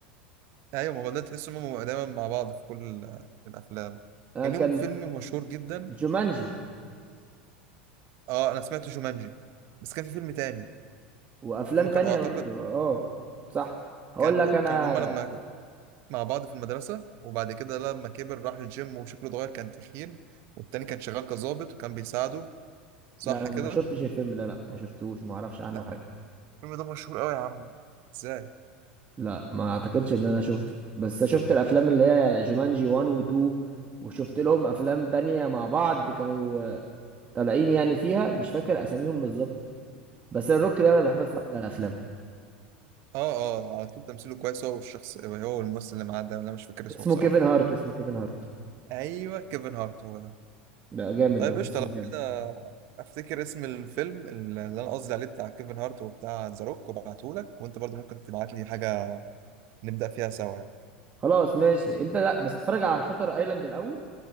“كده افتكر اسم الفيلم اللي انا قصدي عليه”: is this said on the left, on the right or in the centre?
Right